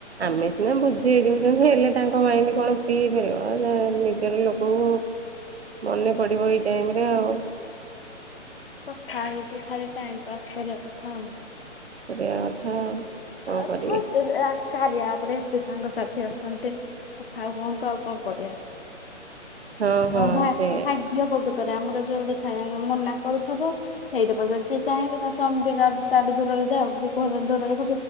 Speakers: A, on the right; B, on the left.
A: ଆମେ ସିନା ବୁଝ <unintelligible> ହେଲେ ତାଙ୍କ ମାଇଣ୍ଡ କଣ ଫ୍ରି ହେଇପାରିବ ନିଜର ଲୋକକୁ ମନେ ପଡିବ ଏଇ ଟାଇମରେ ଆଉ।
B: କଥା ହେଇକି ଖାଲି ଟାଇମ୍ ପାସ୍ କରିବା କଥା ଆଉ।
A: କରିବା କଥା ଆଉ। କଣ
B: ଆଉ <unintelligible>
A: କରିବେ
B: କାର୍ୟା ଆପ୍ ରେ ଏତେ ସାଙ୍ଗସାଥି ଅଛନ୍ତି କଥା ହୁଅନ୍ତୁ ଆଉ କଣ କରିବା।
A: ହଁ ହଁ
B: ଆମ
A: ସେ
B: ଭାଗ୍ୟ ବୋଦକରେ ଆମର ଯୋଉ ଗୋଟେ ଥାଏ ମନା କରୁଥିବ <unintelligible> ଚାହିଁଲେ ତା ସ୍ୱାମୀ ତାଠୁ ଦୂରରେ ଯାଉ କି କହ ଦୂରରେ